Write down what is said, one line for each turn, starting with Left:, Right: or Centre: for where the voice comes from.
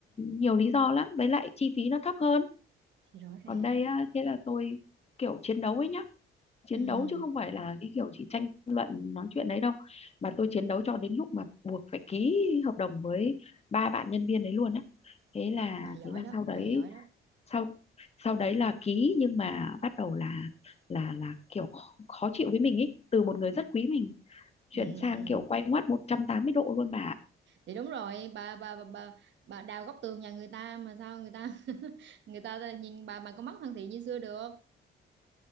Left: nhiều lý do lắm với lại chi phí nó thấp hơn
Right: thì rõ ràng
Left: còn đây á, thế là tôi kiểu chiến đấu ấy nhá chiến
Right: Ừm,
Left: đấu chứ không phải là cái kiểu chỉ tranh luận nói chuyện đấy đâu mà tôi chiến đấu cho đến lúc mà buộc phải ký hợp đồng với ba bạn nhân viên đấy luôn á thế là
Right: bà giỏi
Left: thế là
Right: đó
Left: sau đấy
Right: bà giỏi đó
Left: sau sau đấy là ký nhưng mà bắt đầu là là là kiểu khó khó chịu với mình ý từ một người rất quý mình chuyển
Right: Ừm,
Left: sang kiểu quay ngoắt 180 độ luôn bà ạ.
Right: thì đúng rồi bà bà bà bà, bà đào góc tường nhà người ta mà sao người ta <laughs> người ta nhìn bà bà có mắt thân thiện như xưa được